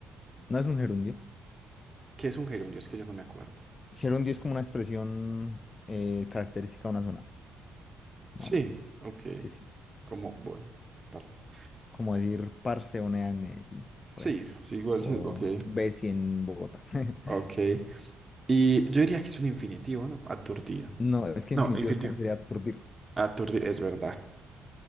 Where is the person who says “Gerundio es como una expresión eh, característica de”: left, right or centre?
Left